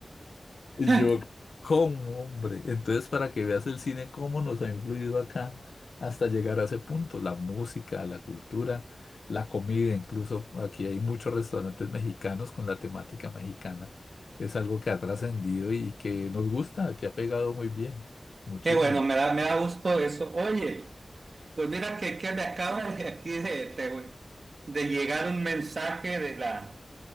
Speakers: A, on the left; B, on the right.
A: Y yo,
B: <laughs>
A: ¿cómo, hombre? Entonces, para que veas el cine, cómo nos ha influido acá hasta llegar a ese punto, la música, la cultura, la comida, incluso aquí hay muchos restaurantes mexicanos con la temática mexicana. Es algo que ha trascendido y que nos gusta, que ha pegado muy bien, muchísimo.
B: Qué bueno, me da, me da gusto eso. Oye, pues mira que, que me acaba de aquí de, de de llegar un mensaje de la